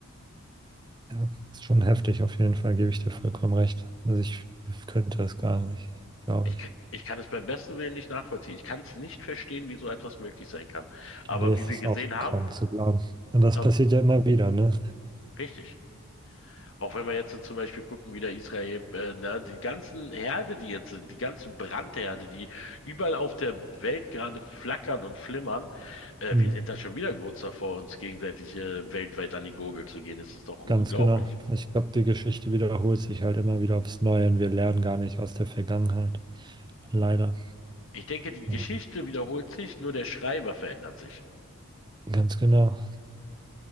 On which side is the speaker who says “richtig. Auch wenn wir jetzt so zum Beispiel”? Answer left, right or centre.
Left